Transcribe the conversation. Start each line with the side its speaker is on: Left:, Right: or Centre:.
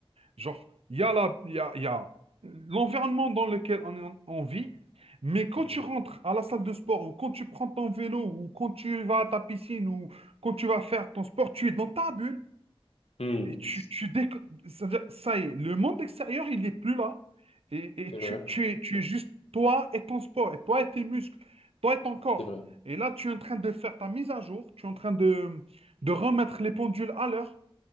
Right: Genre, il y a la, il y a, il y a l'environnement dans lequel on, est- en- on vit, mais quand
Left: Mm.
Right: tu rentres à la salle de sport, ou quand tu prends ton vélo, ou quand tu vas à ta piscine, ou quand tu vas faire ton sport, tu es dans ta bulle.
Left: Mm.
Right: Et tu, tu déco- c'est-à-dire, ça y est, le monde extérieur, il n'est plus là. Et, et
Left: C'est
Right: tu,
Left: vrai.
Right: tu es, tu es juste toi et ton sport, et toi et tes muscles, toi et ton corps.
Left: C'est vrai,
Right: Et là, tu es en train de faire ta mise à jour, tu es en train de, de remettre les pendules à l'heure.